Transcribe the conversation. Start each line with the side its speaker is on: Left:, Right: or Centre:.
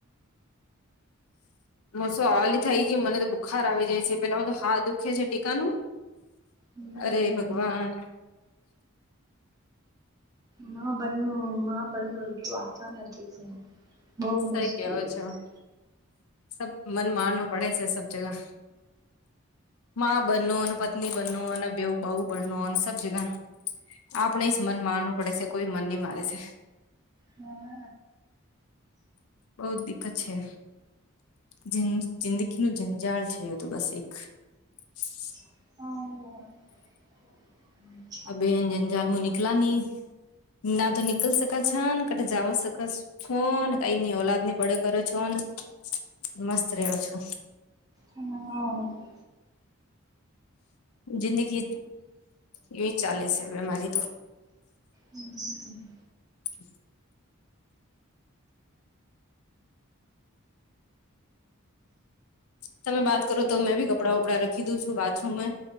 Left: મુ સો આલી થઈ, ગી મને તો બુખાર આવી જાય છે, પેલા હ તો હાથ દુખે છે ટીકાનું.
Right: હમ
Left: અરે ભગવાન.
Right: માં બન્નું માં બન્નું એટલું આસાન નથી છે. બહુ
Left: સહી
Right: મુશ્કેલ
Left: કેવો છો.
Right: છે
Left: સબ મન મારનું પડે છે, સબ જગા. મા બનનો અને પત્ની બનનો, અને બેવ બઉ બનનો અને સબ જગા. આપણે સ મન મારવું પડે છે, કોઈ મન ની મારે છે.
Right: હા.
Left: બહુ જ દિકકત છે, જિંદગી નુ ઝંઝાળ છે, એ તો બસ એક <unintelligible>
Right: હ.
Left: અ બે અંજંજાલ મુ નનીકલા ની ના તો નિ <unintelligible> નીકલ શકા છો ને, કટે જવા સક છો ને, કઈની ઓ ઔલાદ ને બળો કરો છો ને. મસ્ત રહ્યો છો.
Right: હ.
Left: જિંદગી એવી ચાલે છે, બમારી તો
Right: હમ.
Left: <inaudible> તમે વાત કરો, તો મેં ભી કપડાં વપડા રખી દઉં છું, બાથરૂમમાં.